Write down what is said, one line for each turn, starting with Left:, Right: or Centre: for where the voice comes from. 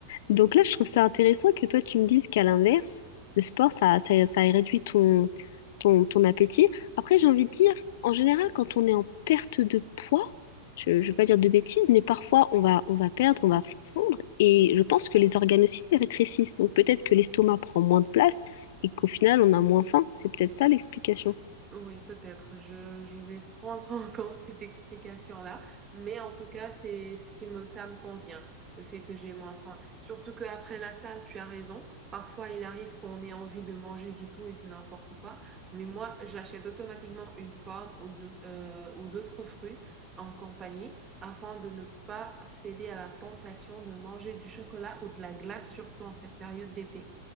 Left: Donc là, je trouve ça intéressant que toi, tu me dises qu'à l'inverse, le sport, ça, ça, ça réduit ton, ton, ton appétit. Après, j'ai envie de dire, en général, quand on est en perte de poids, je ne vais pas dire de bêtises, mais parfois on va, on va perdre, on va fondre, et je pense que les organes aussi rétrécissent. Donc peut-être que l'estomac prend moins de place et qu'au final, on a moins faim. C'est peut-être ça l'explication.
Right: Oui, peut-être. Je, je vais prendre <laughs> en compte cette explication-là. Mais en tout cas, c'est ce qui me, ça me convient, le fait que j'ai moins faim. Surtout qu'après la salle, tu as raison. Parfois, il arrive qu'on ait envie de manger du tout et du n'importe quoi. Mais moi, j'achète automatiquement une pomme ou, du- euh, ou d'autres fruits en compagnie afin de ne pas céder à la tentation de manger du chocolat ou de la glace, surtout en cette période d'été.